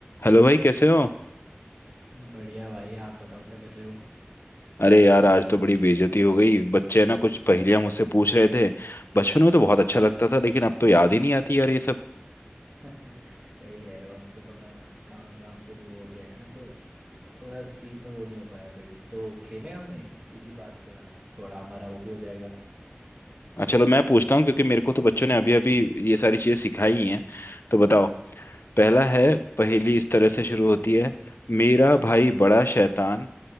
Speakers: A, on the left; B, on the right.
A: हेलो भाई कैसे हो
B: बढ़िया भाई आप बताओ क्या कर रहे हो
A: अरे यार आज तो बड़ी बेइज्जती हो गई बच्चे ना कुछ पहेलियां मुझसे पूछ रहे थे बचपन में तो बहुत अच्छा
B: अच्छा
A: लगता था लेकिन अब तो याद ही नहीं आती यार ये सब
B: <laughs> सही कह रहे हो अब तो थोड़ा काम काम से भी वो हो गया है ना तो थोड़ा उस चीज़ में वो नहीं हो पाया बिल्ड तो खेलें हमें इसी बात पे आज थोड़ा हमारा वो भी हो जाएगा
A: अच्छा, चलो मैं पूछता हूँ क्योंकि मेरे को तो बच्चों ने अभी अभी ये सारी चीजें सिखाई ही हैं तो बताओ पहला है पहेली इस तरह से शुरू होती है मेरा भाई बड़ा शैतान